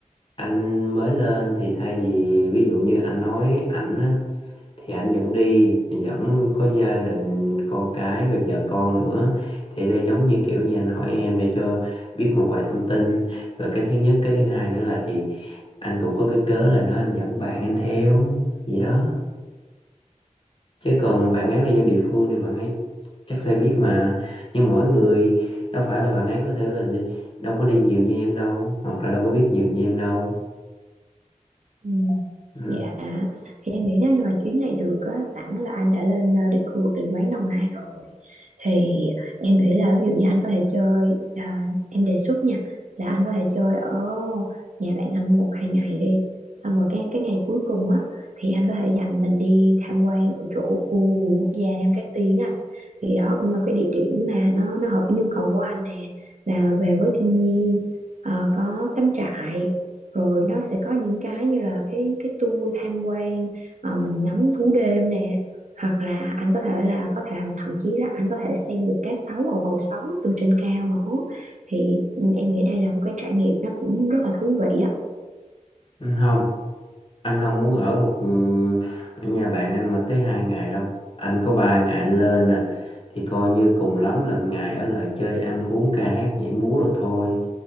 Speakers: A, on the left (about 40°); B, on the right (about 65°).
A: anh mới lên thì thay vì ví dụ như anh nói ảnh á, thì ảnh dẫn đi dẫn có gia đình con cái rồi vợ con nữa thì đây giống như kiểu như anh hỏi em để cho biết một vài thông tin rồi cái thứ nhất cái thứ hai nữa là thì anh cũng có cái cớ là nó anh dẫn bạn anh theo vậy đó Chứ còn bạn ấy là dân địa phương thì bạn ấy chắc sẽ biết mà. Nhưng mỗi người đâu phải là bạn ấy có thể là đi, đâu có đi nhiều như em đâu, hoặc là đâu có biết nhiều như em đâu.
B: Ừ.
A: Ừ.
B: Dạ, thì em nghĩ nếu như mà chuyến này được á, sẵn là anh đã lên ờ, định khu vực định quán Đồng Nai rồi thì em nghĩ là ví dụ như anh có thể chơi ờ, em đề xuất nha là anh có thể chơi ở nhà bạn anh một hai ngày đi xong rồi cái cái ngày cuối cùng á thì anh có thể dành mình đi tham quan ở chỗ khu vườn quốc gia Nam Cát Tiên á anh thì đó cũng là một cái địa điểm mà nó nó hợp với nhu cầu của anh nè là về với thiên nhiên ờ, có cắm trại rồi nó sẽ có những cái như là cái cái tour tham quan ờ, mình ngắm thú đêm nè hoặc là anh có thể là có thể thậm, thậm chí là anh có thể xem được cá sấu ở bầu sấu từ trên cao nữa thì ừ, em nghĩ đây là một cái trải nghiệm nó cũng rất là thú vị á
A: Ừ, Không, anh không muốn ở một ừ, ở nhà bạn anh mà tới hai ngày đâu. Anh có ba ngày anh lên nè, thì coi như cùng lắm là ngày ở lại chơi ăn uống ca hát nhảy múa rồi thôi.